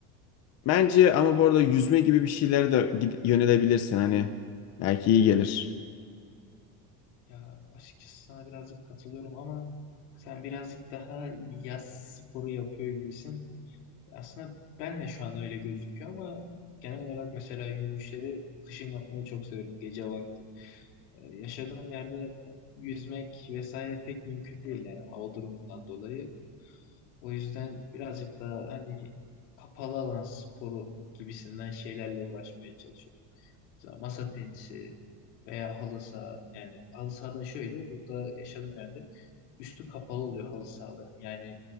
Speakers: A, on the left; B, on the left.
A: bence ama bu arada yüzme gibi bir şeylere de gid- yönelebilirsin hani belki iyi gelir.
B: Ya açıkçası sana birazcık katılıyorum ama sen birazcık daha yaz sporu yapıyor gibisin. Aslında ben de şu an öyle gözüküyor ama genel olarak mesela yürüyüşleri kışın yapmayı çok seviyorum gece vakti. Ee, yaşadığım yerde yüzmek vesaire pek mümkün değil yani hava durumundan dolayı. O yüzden birazcık daha hani kapalı alan sporu gibisinden şeylerle uğraşmaya çalışıyorum. Mesela masa tenisi veya halı saha. Yani halı sahada şöyle burada yaşadığım yerde üstü kapalı oluyor halı sahaların. Yani